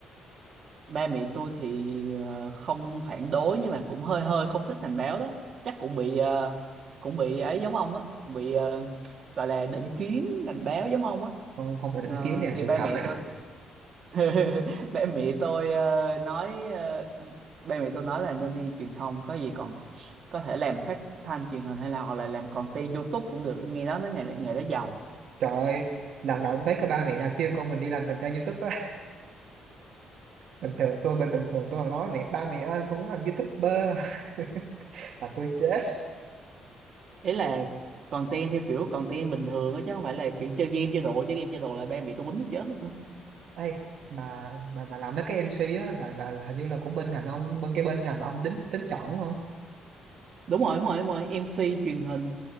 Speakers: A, on the right; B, on the right.
A: ba mẹ tôi thì ờ, không phản đối nhưng mà cũng hơi hơi không thích ngành báo đó chắc cũng bị ờ, cũng bị ấy giống ông á cũng bị ờ, gọi là định kiến ngành báo giống ông á
B: không không phải định
A: Ờ,
B: kiến nè
A: thì
B: sự
A: ba
B: thật
A: mẹ tôi <laughs> ba mẹ tôi ờ, nói ờ, ba mẹ tôi nói là nên đi truyền thông có gì còn có thể làm phát thanh truyền hình hay là hoặc là làm content YouTube cũng được nghe nói mấy nghề nghề đó giàu
B: <laughs> trời ơi lần đầu tôi thấy cái ba mẹ nào khuyên con mình đi làm content YouTube á bình thường tôi bình bình thường tôi mà nói mẹ ba mẹ ơi con muốn làm YouTuber <laughs> là tôi chết
A: ý là content theo kiểu content bình thường á chứ không phải là
B: Ừ.
A: kiểu chơi game chơi đồ chơi game chơi đồ là ba mẹ tôi quýnh tôi chết luôn á
B: Ê, mà mà mà làm mấy cái MC á là, là là hình như là của bên ngành ông bên cái bên ngành mà ông tính tính chọn đúng không
A: đúng rồi đúng rồi đúng rồi MC truyền hình